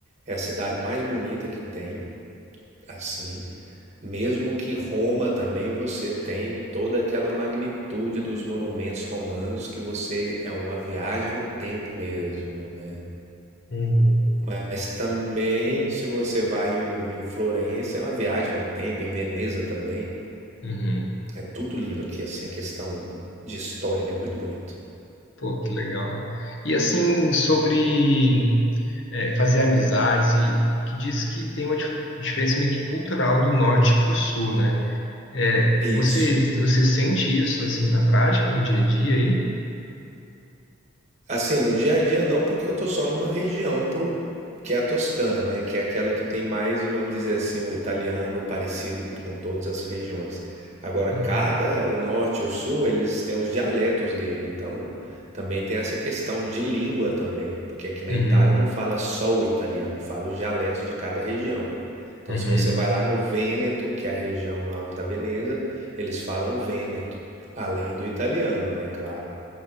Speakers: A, on the right; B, on the left.
A: é a cidade mais bonita que tem, assim. Mesmo que Roma também você tem toda aquela magnitude dos monumentos romanos que você é uma viagem no tempo mesmo, né?
B: Uhum.
A: Mas também se você vai em, em Florença, é uma viagem no tempo, em Veneza também.
B: Uhum.
A: É tudo lindo aqui, assim, a questão de história, né? Muito bonito.
B: Pô, que legal. E assim, sobre é, fazer amizades e que diz que tem uma difu- diferença meio que cultural do norte para o sul, né? É,
A: Isso.
B: você, você sente isso assim na prática, no dia a dia aí?
A: Assim, no dia a dia não, porque eu tô só numa região por... que é a Toscana, né? Que é aquela que tem mais, vamos dizer assim, o italiano parecido com todas as regiões. Agora, cada,
B: Uhum.
A: o norte e o sul, eles têm os dialetos dele, então também tem essa questão de língua também, porque aqui na
B: Uhum.
A: Itália não fala só o italiano, fala os dialetos de cada região. Então,
B: Uhum.
A: se você vai lá no Vêneto, que é a região lá da Veneza, eles falam Vêneto, além do italiano, né? Claro.